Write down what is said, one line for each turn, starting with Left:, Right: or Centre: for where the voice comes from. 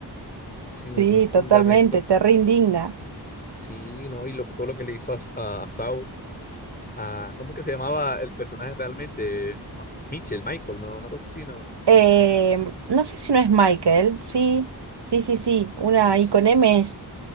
Left: sin
Right: Sí,
Left: ningún fundamento,
Right: totalmente, te re indigna.
Left: sí, ¿no? Y lo que, todo lo que le hizo a, a, a Saul, a, ¿cómo es que se llamaba el personaje realmente? Ma- Mitchell, Michael, ¿no? Una cosa así, ¿no?
Right: Eh, no sé si no es Michael, sí, sí, sí, sí, una
Left: Sí,
Right: I con M es,